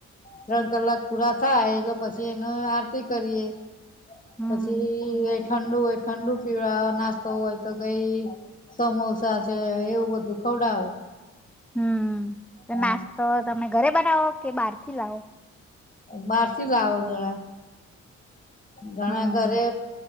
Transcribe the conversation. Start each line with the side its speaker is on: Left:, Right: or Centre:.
Left: ત્રણ કલાક પૂરા થાય એટલે પછી એને આરતી કરીએ.
Centre: હમ
Left: પછી એ ઠંડુ હોય ઠંડુ પીળ નાસ્તો હોય તો કઈ સમોસા છે એવું બધું ખવડાવે.
Centre: હમ્મ
Left: હા
Centre: નાસ્તો તમે. ઘરે બનાવો કે બહાર થી લાવો.
Left: બહાર થી લાવો ઘણા. ઘણા
Centre: હમ
Left: ઘરે